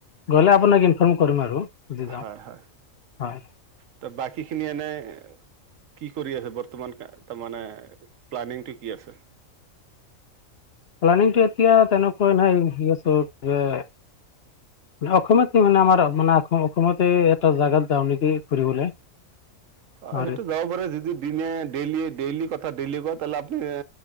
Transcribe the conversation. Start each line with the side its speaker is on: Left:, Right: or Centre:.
Left: গলে আপোনাক ইনফৰ্ম কৰিম আৰু যদি যাওঁ।
Right: হয় হয়
Left: হয়
Right: ত বাকী খিনি এনেই- কি কৰি আছে বৰ্তমান ত মানে প্লানিংটো কি আছে?
Left: প্লানিংটো এতিয়া তেনেকুৱা নাই সেই আছ যে- অসমত কি মানে আমাৰ মানে অসমতে এটা জাগাত যাওঁ নেকি ফুৰিবলৈ। <unintelligible>
Right: অ
Left: আৰু
Right: সেইটো যাব পাৰে যদি দিনে ডেইলি ডেইলি কথা ডেইলি কয় এ